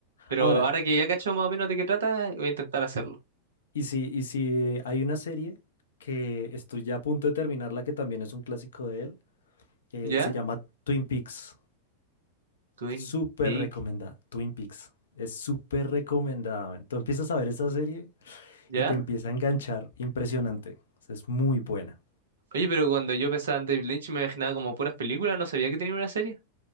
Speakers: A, on the right; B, on the left.
A: Pero
B: Ahora,
A: ahora que ya cacho más o menos de qué trata, voy a intentar hacerlo.
B: y si, y si hay una serie que estoy ya a punto de terminarla, que también es un clásico de él, eh,
A: ¿Ya?
B: se llama Twin Peaks,
A: Twin
B: súper
A: Peaks.
B: recomendada, Twin Peaks, es súper recomendada. man. Tú empiezas a ver esa serie
A: ¿Ya?
B: y te empieza a enganchar, impresionante, o sea, es muy buena.
A: Oye, pero cuando yo pensaba en David Lynch me imaginaba como puras películas, no sabía que tenía una serie.